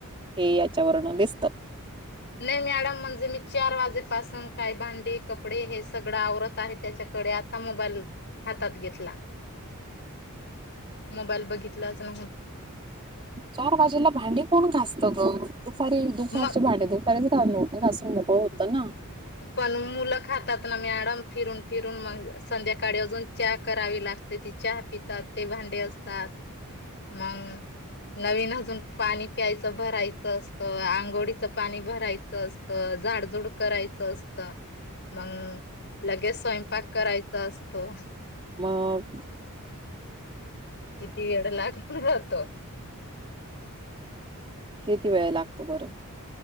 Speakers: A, on the right; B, on the left.
A: हे याच्यावरन दिसत.
B: नाही मॅडम म्हणजे मी चार वाजेपासून काय भांडी कपडे हे सगळं आवरत. आहे त्याच्याकडे आता मोबाईलऽ हातात घेतला. मोबाईल बघितलाच नव्हता.
A: चार बाजीला भांडी कोण घासतऽऽ दुपारी, दुपारचे
B: मग
A: भांडे दुपारीच घासून मोकळ होतो ना.
B: पण मुलं खातात ना मॅडम फिरून फिरून मग संध्याकाळी अजून च्या करावी लागऽऽ लागते तीचहा पितात, ते भांडे असतात, मंगर्धङ नवीन अजून पाणी प्यायचं भरायचं असतं,, आंघोळीचं पाणी भरायचं असतंऽऽ झाडझुड करायऽऽ च असत मंग लगेच स्वयंपाक करायचा असतो.
A: मऽऽग
B: किती वेळा लाख म्हण जातो
A: किती वेळ लागतो बरंऽऽ